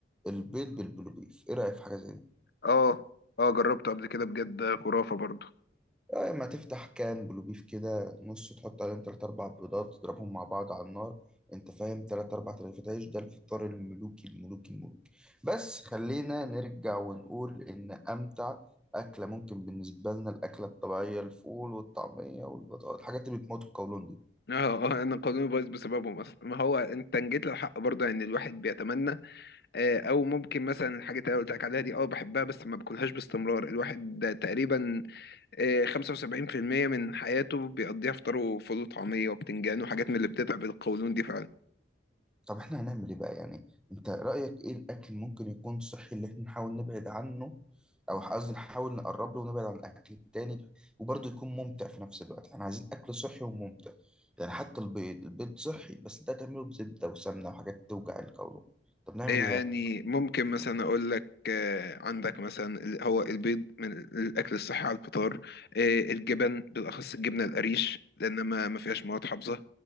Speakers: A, in the centre; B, on the left.
A: البيض بالبلو بيف ايه رأيك في حاجة زي دي
B: اه اه جربته قبل كده بجد خرافة برضه
A: آه، اما تفتح كان بلو بيف كده نص تحط عليهم تلات اربع بيضات تضربهم مع بعض على النار انت فاهم تلات اربع رغيفات عيش ده الفطار الملوكي الملوكي الملوكي بس خلينا نرجع ونقول ان امتع اكلة ممكن بالنسبة لنا الاكلة الطبيعية الفول والطعمية والبطاطا الحاجات اللي بتموت القولون دي
B: اه آه، انا قانوني بايظ بسببه مثلا ما هو انت جيت للحق برضه يعني الواحد بيتمنى آه، او ممكن مثلا الحاجات اللي أنا قلت لك عليها دي اه بحبها بس ما باكلهاش باستمرار الواحد ده تقريبا آه، 75% من حياته بيقضيها فطار وفول وطعميه وبتنجان وحاجات من اللي بتتعب القولون دي فعلا
A: طب احنا هنعمل ايه بقى يعني انت رأيك ايه الاكل ممكن يكون صحي اللي احنا نحاول نبعد عنه او قصدي نحاول نقرب له ونبعد عن الاكل التاني وبرضه يكون ممتع في نفس الوقت احنا عايزين اكل صحي وممتع يعني حتى البيض البيض صحي بس انت هتعمله بزبده وسمنه وحاجات توجع القولون طب نعمل
B: يعني
A: ايه بقى
B: ممكن مثلا اقول لك آه، عندك مثلا ال- هو البيض من الاكل الصحي على الفطار آه، الجبن بالاخص الجبنه القريش لان ما ما فيهاش مواد حافظه